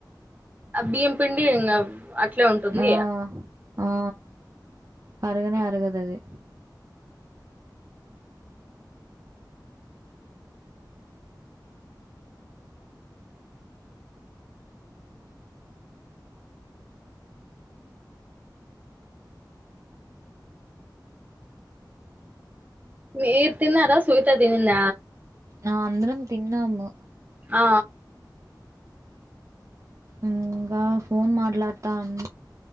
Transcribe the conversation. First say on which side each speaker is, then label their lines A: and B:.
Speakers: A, on the right (about 20°); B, on the right (about 40°).
A: ఆ బియ్యం పిండి ఇంకా అట్లే ఉంటుంది
B: ఆ, ఆ. అరగనే అరుగదది.
A: మీర్ తిన్నారా, శ్వేత తిన్ల
B: అ అందరం తిన్నాము.
A: ఆ.
B: ఇగ ఫోన్ మాట్లాడతా అన్.